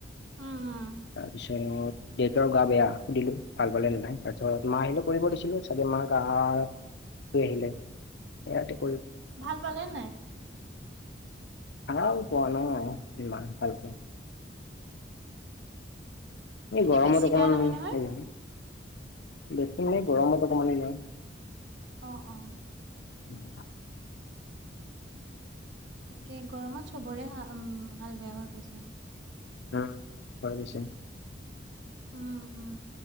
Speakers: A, on the right; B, on the left.
A: উম উম
B: তাৰপিছত দেউতাৰ গা বেয়া সুধিলো। ভাল পালে নাই তাৰপিছত মা আহিলে কৰিব দিছিলো চাগে মাক আহাৰ সি আহিলে সেয়াতো
A: ভাল পালে নাই?
B: ভাল পোৱা ন ইমান ভাল পোৱা এই
A: এনে
B: গৰমত
A: বেছি
B: অকনমান
A: বেয়া নহয়
B: <unintelligible>
A: নহয়
B: বেছি মানে গৰমত অকনমান এনেও
A: অঁ অঁ।
B: উম।
A: তাকে গৰমত চবৰে হা উম হাল বেয়া হৈ গৈছে।
B: অহ হয় পিছে।
A: উম উম